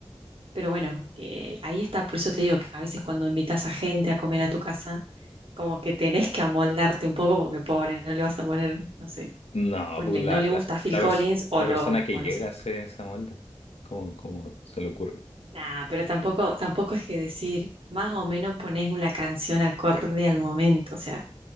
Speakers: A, on the right (about 60°); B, on the left (about 85°).
A: Pero bueno, eh, ahí está, por eso te digo que a veces cuando invitas a gente a comer a tu casa, como que tenés que amoldarte un poco porque pobre, no le vas a poner, no sé,
B: No,
A: ponle,
B: pues la,
A: no le gusta
B: la,
A: Phil
B: la,
A: Collins
B: perso-
A: o
B: la
A: lo,
B: persona que
A: o
B: llega
A: no sé.
B: hace esa molda. cómo como se le ocurre?
A: Nah, pero tampoco, tampoco es que decir, más o menos ponés una canción acorde al momento, o sea,